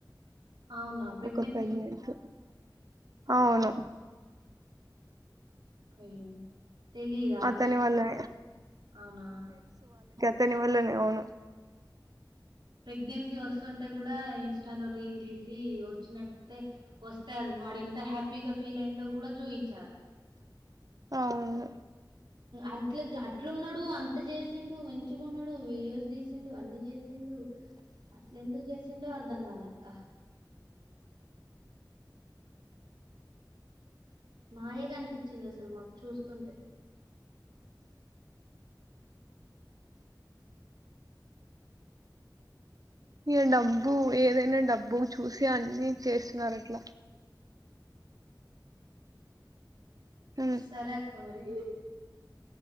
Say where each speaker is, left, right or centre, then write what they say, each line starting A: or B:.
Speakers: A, on the right (about 85°); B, on the right (about 50°).
A: అవునా ప్రెగ్నెన్సీ
B: ఒక ప్రగనట్
A: పోయిందా అవునా
B: అవును
A: అయ్యో తెలిదా
B: అతని
A: విషయం
B: వల్లనే
A: తెలి అవునా
B: దని వల్లనే అవును
A: ప్రెగ్నెన్సీ వస్తుంటే కూడా ఇన్స్టాలో రీల్ తీసి వచ్చినట్టే వస్తే అది వాడు ఎంత హ్యాపీగా ఫీల్ అయిందో కూడా చూయించారు
B: అవును
A: అట్ల అట్లున్నాడు అంత చేసిండు మంచిగా ఉన్నాడు వీడియోస్ తీసిండు అన్ని చేసిండు అట్ల ఎందుకు చేసిండో అర్ధం కాలక్క మాయ క అనిపిించ వచ్చింది అసలు మాకు చూస్తుంటే
B: ఈ డబ్బు ఏదైనా డబ్బు చూసి అన్నిీ చేస్తున్నారు అట్లా ఉమ్
A: సరక్ అక్క మరి